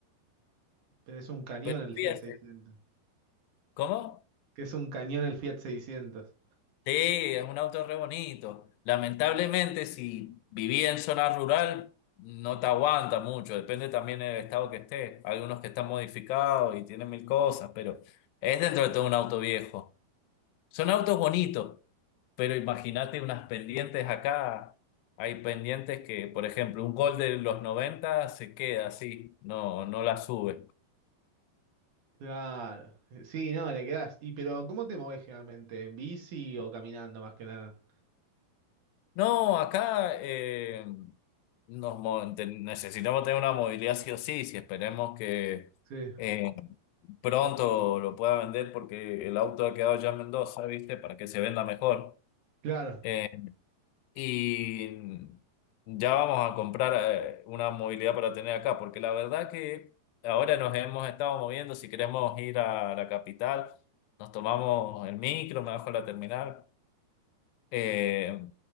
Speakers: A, on the right (about 55°); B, on the left (about 85°).
A: pero es un cañón
B: Pero
A: el Fiat
B: fíjate,
A: 600.
B: ¿cómo?
A: Que es un cañón el Fiat 600.
B: Sí, es un auto re bonito. Lamentablemente, si viví en zona rural, no te aguanta mucho. Depende también del estado que estés. Hay unos que están modificados y tienen mil cosas, pero es dentro de todo un auto viejo. Son autos bonitos, pero imagínate unas pendientes acá. Hay pendientes que, por ejemplo, un gol de los 90 se queda así, no, no la sube.
A: Claro. Sí, no, la quedás. Y pero ¿cómo te movés generalmente? ¿En bici o caminando más que nada?
B: No, acá eh, nos mo- te- necesitamos tener una movilidad sí o sí, si esperemos que
A: Sí,
B: eh, pronto lo pueda vender porque el auto ha quedado ya en Mendoza, ¿viste? Para que se venda mejor.
A: claro.
B: Eh, y ya vamos a comprar eh, una movilidad para tener acá, porque la verdad que ahora nos hemos estado moviendo, si queremos ir a la capital, nos tomamos el micro, me bajo a la terminal eh,